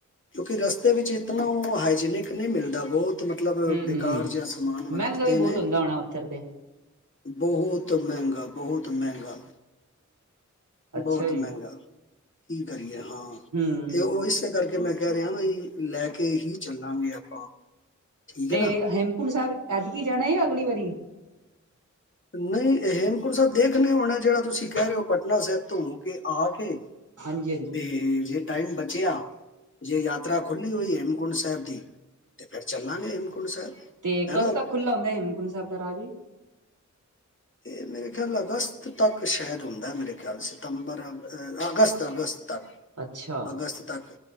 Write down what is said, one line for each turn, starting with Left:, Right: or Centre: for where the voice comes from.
Left: ਕਿਉਂਕਿ ਰਸਤੇ ਵਿੱਚ ਇਤਨਾ ਉਹ ਹਾਈਜੀਨਿਕ ਨਹੀਂ ਮਿਲਦਾ ਬਹੁਤ ਮਤਲਬ
Right: ਹੂੰ-ਹੂੰ
Left: ਬੇਕਾਰ ਜਹਾ ਸਮਾਨ ਵਰਤਦੇ
Right: ਮਹਿੰਗਾ ਵੀ
Left: ਨੇ
Right: ਬਹੁਤ ਹੁੰਦਾ ਹੋਣਾ ਉੱਥਰ ਤੇ
Left: ਬਹੁਤ ਮਹਿੰਗਾ ਬਹੁਤ ਮਹਿੰਗਾ
Right: ਅੱਛਾ
Left: ਬਹੁਤ
Right: ਜੀ
Left: ਮਹਿੰਗਾ ਕੀ ਕਰੀਏ ਹਾਂ
Right: ਹੂੰ
Left: ਤੇ ਉਹ ਇਸ ਕਰਕੇ ਮੈਂ ਕਹਿ ਰਿਹਾ ਬਾਈ ਲੈ ਕੇ ਹੀ ਚੱਲਾਂਗੇ ਆਪਾਂ ਠੀਕ
Right: ਤੇ
Left: ਹੈ ਨਾ
Right: ਹੇਮਕੁੰਟ ਸਾਹਿਬ ਐਤਕੀ ਜਾਣਾ ਜਾਂ ਅਗਲੀ ਵਾਰੀ
Left: ਨਹੀਂ ਇਹ ਕੁੜ ਦੇਖਣੇ ਹੋਣਾ ਜਿਹੜਾ ਤੁਸੀਂ ਕਹਿ ਰਹੇ ਹੋੱ ਉਹਨਾਂ ਸਾਹਿਬ ਤੋਂ ਕੇ ਆ ਕੇ
Right: ਹਾਂਜੀ-ਹਾਂਜੀ
Left: ਤੇ ਜੇ ਟਾਈਮ ਬਚਿਆ ਜੇ ਯਾਤਰਾ ਖੁੱਲ੍ਹੀ ਹੋਈ ਹੇਮਕੁੰਟ ਸਾਹਿਬ ਦੀ ਤਾਂ ਫਿਰ ਚੱਲਾਂਗੇ ਹੇਮਕੁੰਟ ਸਾਹਿਬ
Right: ਤੇ
Left: ਹੈਨਾ
Right: ਕਦੋਂ ਤੱਕ ਖੁੱਲ੍ਹਲਾ ਹੁੰਦਾ ਹੇਮੰਕੁੰੂ ਸਾਹਿਬ ਦਾ ਰਾਜ ਜੀ
Left: ਇਹ ਮੇਰੇ ਖਿਆਲ ਅਗਸਤ ਤੱਕ ਸ਼ਹਿਦ ਹੁੰਦਾ ਮੇਰੇ ਸਤੰਬਰ ਅਗ ਅਗਸਤ ਅਗਸਤ ਤੱਕ
Right: ਅੱਛਾ
Left: ਅਗਸਤ ਤੱਕ